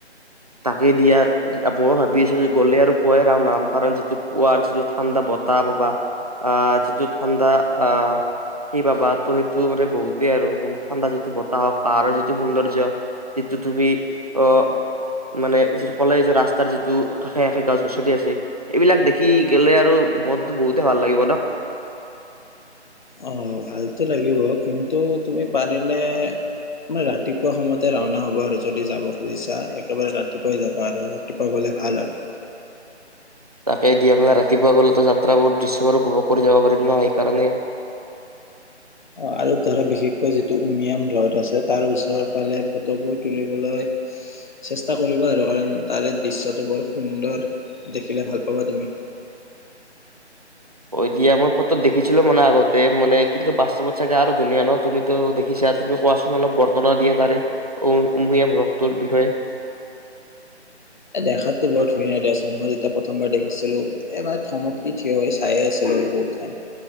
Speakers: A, on the right; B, on the left.
A: তাকেই দিয়া । মই ভাবি আছোঁ, গ'লে আৰু পুৱাই ৰাওনা হম। কাৰণ যিটো পুৱাৰ যিটো ঠাণ্ডা বতাহ পাবা, অ'- যিটো ঠাণ্ডা, অ'- সেই পাবা, তো সেইটো মানে বহুতেই আৰু, মানে ঠাণ্ডা যিটো বতাহ হওঁক, পাহাৰৰ যিটো সৌন্দৰ্য্য, সিটো তুমি অ'- মানে যিটো ক'লে যে ৰাস্তাৰ যিটো কাষে - কাষে গছগছনি আছে, এইবিলাক দেখি গেলে আৰু মনটো বহুতেই ভাল লাগিব ন'?
B: অ' ভালতো লাগিব । কিন্তু তুমি পাৰিলে মানে ৰাতিপুৱা সময়তে ৰাওনা হবা আৰু, যদি যাব খুজিছা । একেবাৰে ৰাতিপুৱাই যাবা আৰু। ৰাতিপুৱা গ'লে ভাল আৰু।
A: তাকে দিয়া। আপোনাৰ ৰাতিপুৱা গ'লেতো যাত্ৰা বহু- দৃশ্য আৰু বহু যাব পাৰিম ন', সেই কাৰণে।
B: অ' আৰু ধৰা বিশেষকৈ যিটো উমিয়াম হ্ৰদ আছে, তাৰ ওচৰ পালে ফটোবোৰ তুলিবলৈ চেষ্টা কৰিবা আৰু । কাৰণ তাৰে দৃশ্যটো বৰ সুন্দৰ । দেখিলে ভাল পাবা তুমি।
A: হৈ দিয়া । মই ফটোত দেখিছিলোঁ মানে আগতে, মানে । কিন্তু বাস্তৱত চাগে আৰু ধুনীয়া ন'? তুমিতো দেখিছা । তুমি কোৱাচোন অলপ বৰ্তনা দিয়া তাৰে, উ- উমিয়াম হ্ৰকটোৰ বিষয়ে।
B: এ দেখাততো বৰ ধুনীয়া দেচোন । মই যেতিয়া প্ৰথমবাৰ দেখিছিলোঁ, এ মানে থমকি থিয় হৈ চায়ে আছিলোঁ আৰু বহুত টাইম।